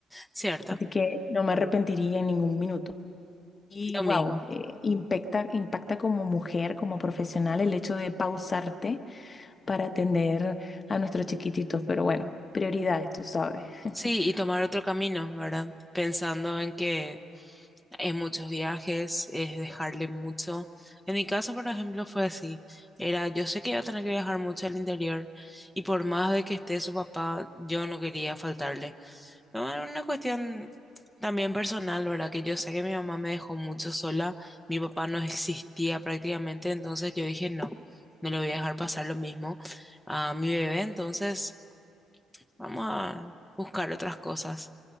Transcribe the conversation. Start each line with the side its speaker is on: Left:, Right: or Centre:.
Centre: cierto,
Left: así que no me arrepentiría en ningún minuto. Y
Centre: lo
Left: wow,
Centre: mismo.
Left: eh, impacta, impacta como mujer, como profesional, el hecho de pausarte para atender a nuestros chiquititos, pero bueno, prioridades, tú sabes. <laughs>
Centre: Sí, y tomar otro camino, ¿verdad? Pensando en que hay muchos viajes, es dejarle mucho. En mi caso, por ejemplo, fue así. Era, yo sé que iba a tener que viajar mucho al interior y por más de que esté su papá, yo no quería faltarle. No, era una cuestión también personal, ¿verdad? Que yo sé que mi mamá me dejó mucho sola, mi papá no existía prácticamente, entonces yo dije, no, no le voy a dejar pasar lo mismo a mi bebé, entonces... Vamos a buscar otras cosas.